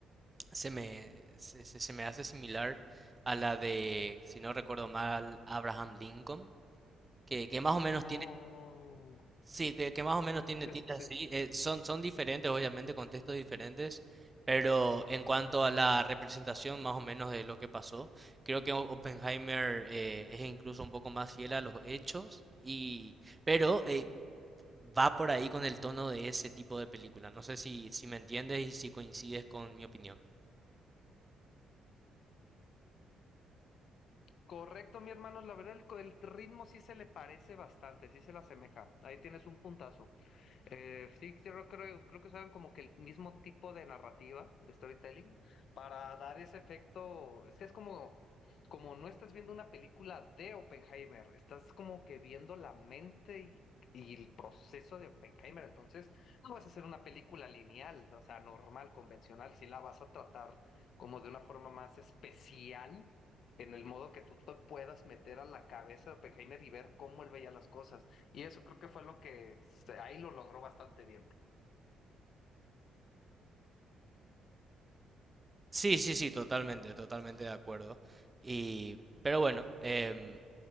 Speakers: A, on the right; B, on the left.
A: se me, se, se- se me hace similar a la de, si no recuerdo mal, Abraham Lincoln? Que, que más o menos
B: Oh,
A: Sí, que, que más o menos tiene
B: sí,
A: tinta
B: sí, sí.
A: así. eh, son, son diferentes, obviamente, contextos diferentes, pero en cuanto a la representación más o menos de lo que pasó, creo que O- Oppenheimer eh, es incluso un poco más fiel a los hechos, y, pero eh, va por ahí con el tono de ese tipo de película. No sé si, si me entiendes y si coincides con mi opinión.
B: Correcto, mi hermano, la verdad el, co- el ritmo sí se le parece bastante, sí se le asemeja. Ahí tienes un puntazo. Eh, sí, yo creo, creo que usaron como que el mismo tipo de narrativa, de storytelling, para dar ese efecto. Es que es como, como no estás viendo una película de Oppenheimer, estás como que viendo la mente y, y el proceso de Oppenheimer. Entonces, no vas a hacer una película lineal, o sea, normal, convencional, si la vas a tratar como de una forma más especial. en el modo que tú te puedas meter a la cabeza de Oppenheimer y ver cómo él veía las cosas. Y eso creo que fue lo que se- ahí lo logró bastante bien.
A: Sí, sí, sí, totalmente, totalmente de acuerdo. Y, pero bueno, em,